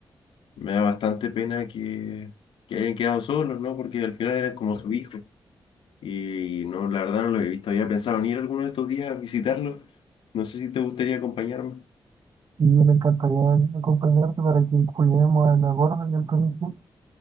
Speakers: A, on the left; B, on the right.
A: me da bastante pena que, que hayan quedado solos, ¿no? Porque al final eran como su hijo. Y no, la verdad no los he visto. Había pensado en ir alguno de estos días a visitarlos. No sé si te gustaría acompañarme.
B: y me encantaría acompañarte para que cuidemos a la gorda y al Tonisú,